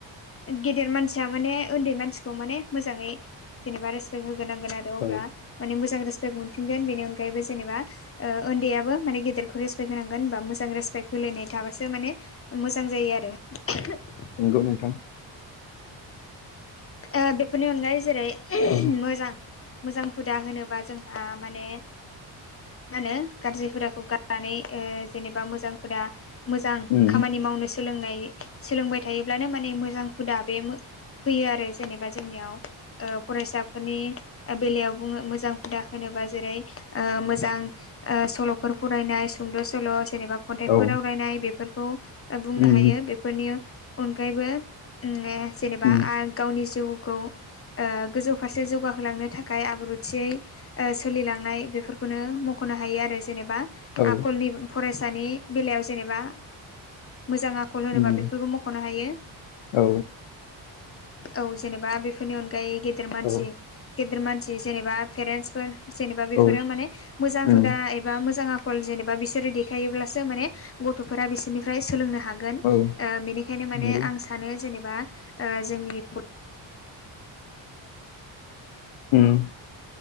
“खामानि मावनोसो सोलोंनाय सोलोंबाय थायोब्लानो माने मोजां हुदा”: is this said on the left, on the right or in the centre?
Left